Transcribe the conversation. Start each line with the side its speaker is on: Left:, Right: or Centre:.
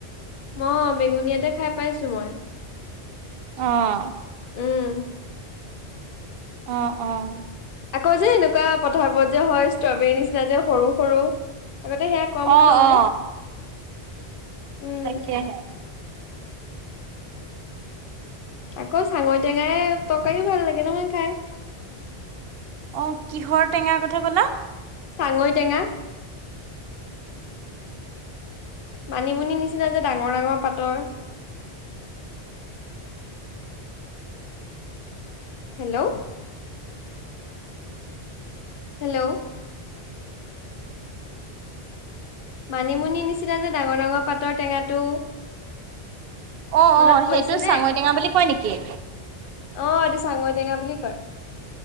Left: ম বেঙুনীয়াতে খাই পাইছো মই।
Right: অঁ'
Left: উম'
Right: অঁ অঁ।
Left: আকৌ যে এনেকুৱা পথাৰবোৰত যে হয় ষ্ট্ৰবেৰীৰ নিচিনা যে সৰু-সৰু আগতে সেয়া- কম
Right: অ
Left: খাওঁনে?
Right: অ
Left: উম'
Right: তাকেহে।
Left: আকৌ চাঙৰী টেঙাই তৰকাৰীও ভাল লাগে নহয় খাই।
Right: অঁ' কিহৰ টেঙাৰ কথা ক'লা?
Left: চাঙৰী টেঙা। মানিমুনি নিচিনা যে ডাঙৰ ডাঙৰ পাতৰ। হেল্লৌ' হেল্লৌ' মানিমুনি নিচিনা যে ডাঙৰ ডাঙৰ পাতৰ টেঙাটো।
Right: অঁ
Left: মনত
Right: অঁ'
Left: পৰিছে
Right: সেইটো চাঙৰিটেঙা
Left: নে
Right: বুলি কয় নেকি?
Left: অ এইটো চাঙৈ টেঙা বুলি কয়।